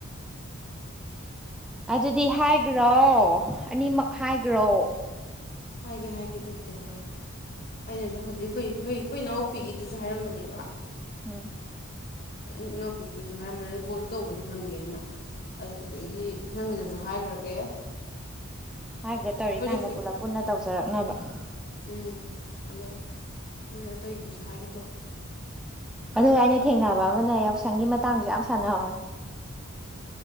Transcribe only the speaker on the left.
ꯍꯥꯏꯒꯦ ꯍꯥꯏꯒꯦ ꯑꯗꯨꯕꯨꯗꯤ ꯍꯥꯏꯒꯦ ꯑꯩꯅꯁꯨ ꯍꯧꯖꯤꯛꯈꯣꯏ ꯑꯩꯈꯣꯏ ꯑꯩꯈꯣꯏ ꯏꯅꯥꯎꯄꯤꯒꯤꯗꯨꯁꯨ ꯍꯥꯏꯔꯝꯕꯅꯦꯕ
ꯑꯩꯩꯅ ꯏꯅꯥꯎꯄꯤꯒꯤꯗꯨꯁꯨ ꯍꯥꯏꯔꯝꯕꯅꯤ ꯑ ꯀꯣꯜꯗꯣ ꯇꯧꯕꯅꯤ ꯍꯪꯒꯦꯅ ꯑꯗꯨꯗꯒꯤ ꯅꯪꯒꯤꯗꯁꯨ ꯍꯥꯏꯈ꯭ꯔꯒꯦ
ꯍꯧꯖꯤꯛ
ꯎꯝ ꯑꯗꯣ ꯃꯣꯏ ꯑꯇꯩꯒꯤꯗꯨꯁꯨ ꯍꯥꯏꯒꯦ ꯇꯧꯕ